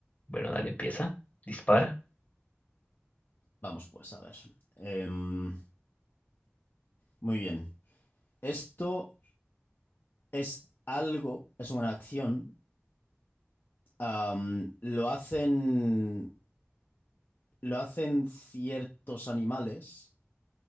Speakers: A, on the left (about 35°); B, on the left (about 55°).
A: Bueno, dale, empieza, dispara.
B: Vamos, pues, a ver. Em, muy bien. Esto es algo, es una acción. am, lo hacen, lo hacen ciertos animales